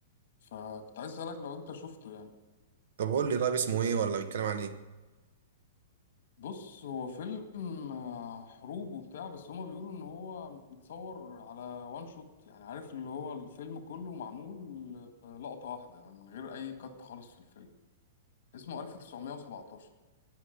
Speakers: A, on the left (about 60°); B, on the right (about 60°).
A: فكنت عايز اسالك لو انت شفته يعني
B: طب قول لي طيب اسمه ايه ولا بيتكلم عن ايه
A: بص هو فيلم آه، حروب وبتاع بس هما بيقولوا ان هو متصور على وان شوت يعني عارف اللي هو الفيلم كله معمول آه، لقطة واحدة من غير اي كات خالص في الفيلم اسمه 1917